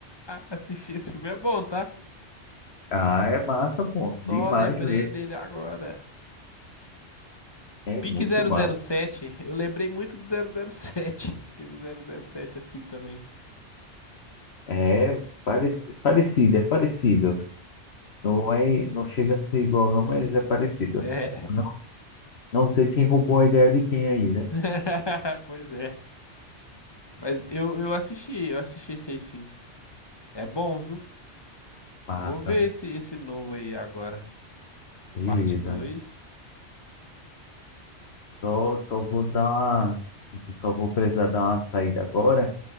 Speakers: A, on the left; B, on the left.
A: Assisti, esse filme é bom, tá?
B: Ah, é massa, pô, demais
A: Só lembrei
B: mesmo.
A: dele agora.
B: É
A: Pique
B: muito
A: zero
B: massa.
A: zero sete. eu lembrei muito do zero zero sete. <laughs> que teve um zero zero sete assim também.
B: É pareci- parecido, é parecido. Não é, não chega a ser igual, não, mas é parecido.
A: É,
B: Não, não sei quem roubou a ideia de quem aí, né?
A: <laughs> pois é. Mas eu, eu assisti, eu assisti esse aí sim. É bom, viu?
B: Massa,
A: Vou ver esse, esse novo aí agora.
B: beleza.
A: Parte 2.
B: Só, só vou dar uma, só vou precisar dar uma saída agora